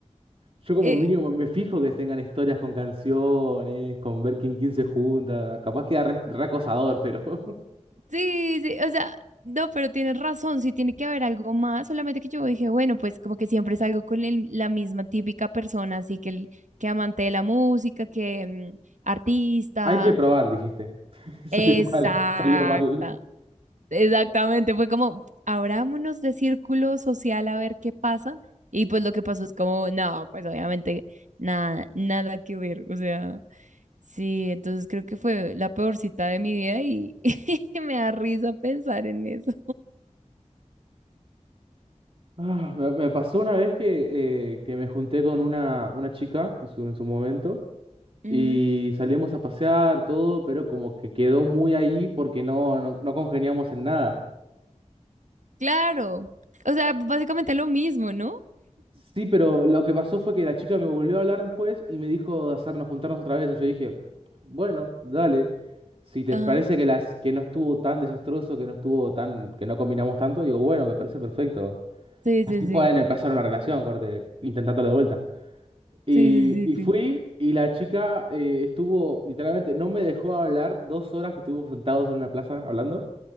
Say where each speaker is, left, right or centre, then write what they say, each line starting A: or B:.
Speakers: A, on the right; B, on the right.
A: Yo como
B: Eh,
A: mínimo me fijo que tengan historias con canciones, con ver quién, quién se junta. Capaz queda re, re acosador, pero <laughs>
B: Sí, sí, o sea, no, pero tienes razón, sí tiene que haber algo más, solamente que yo dije, bueno, pues como que siempre salgo con el- la misma típica persona, así que, el- que amante de la música, que mm, artista,
A: hay que probar, dijiste. <laughs> Salió
B: exacta,
A: mal, salió mal.
B: Exactamente, fue como, abrámonos de círculo social a ver qué pasa. Y pues lo que pasó es como, no, pues obviamente nada, nada que ver. O sea, sí, entonces creo que fue la peor cita de mi vida y, <laughs> me da risa pensar en eso.
A: Ah, me, me pasó una vez que, eh, que me junté con una, una chica en su, en su momento
B: Ujú.
A: y salimos a pasear, todo, pero como que quedó muy ahí porque no, no, no congeniamos en nada.
B: Claro. O sea, básicamente lo mismo, ¿no?
A: Sí, pero lo que pasó fue que la chica me volvió a hablar después y me dijo de hacernos juntarnos otra vez. Y yo dije, bueno, dale. Si te
B: Ajá.
A: parece que las que no estuvo tan desastroso, que no estuvo tan, que no combinamos tanto, digo, bueno, me parece perfecto.
B: Sí,
A: Así
B: sí,
A: pueden
B: sí.
A: empezar una relación, corte, intentándolo de vuelta. Y,
B: Sí, sí,
A: y
B: sí, sí.
A: fui y la chica eh, estuvo, literalmente, no me dejó hablar dos horas que estuvimos sentados en una plaza hablando